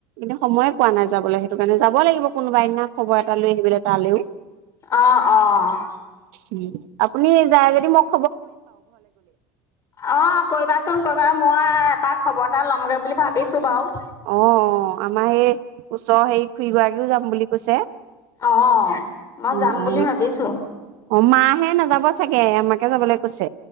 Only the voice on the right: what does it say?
ইদা সময়ে পোৱা নাই যাবলৈ সেইটো কাৰণে যাব লাগিব কোনোবা দিনা খবৰ এটা লৈ আহিবলে তালেও।
উম, আপুনি যায় যদি মোক
অ', অ', আমাৰ সেই ওচৰৰ হেৰি খুৰীগৰাকীও যাম বুলি কৈছে।
অ
অ
অ মাহে নাযাব চাগে আমাকে যাবলে কৈছে।